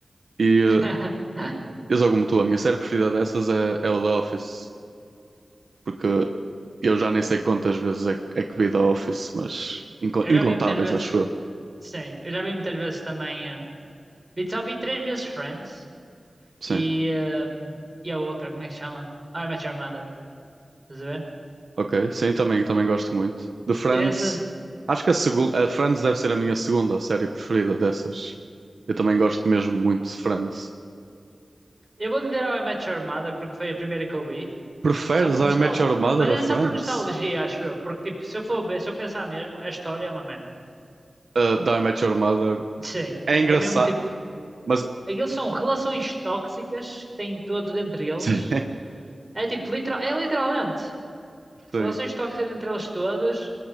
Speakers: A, on the right; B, on the right.
A: e
B: <laughs>
A: eh, eu sou como tu, a minha série preferida dessas é, é o The Office, porque eu já nem sei quantas vezes é, que- é que vi The Office, mas inco-
B: Eu
A: incontáveis,
B: já vi muitas vezes,
A: acho eu.
B: sim. Eu já vi muitas vezes também. eh, vi- só vi três vezes Friends.
A: Sim.
B: e, ehm, e a outra, como é que chama? How I Met Your Mother, estás a ver?
A: Ok, sim, também, também gosto muito. de Friends,
B: E dessas,
A: acho que a segunda, a Friends deve ser a minha segunda série preferida dessas. Eu também gosto mesmo muito de Friends.
B: eu vou dizer How I Met Your Mother porque foi a primeira que eu vi,
A: Preferes
B: por- só por
A: I
B: nostalgia,
A: Met Your Mother
B: mas
A: a
B: é
A: Friends?
B: só por nostalgia, acho eu, porque tipo, se eu for ver, se eu pensar mesmo, a história é uma merda.
A: Uh, de I Met Your Mother
B: Sim,
A: é engraçado,
B: é mesmo tipo,
A: mas <laughs>
B: aqueles são relações tóxicas que têm todos entre eles,
A: sim,
B: é tipo, literal, é literalmente.
A: sim,
B: Relações tóxicas entre elas todas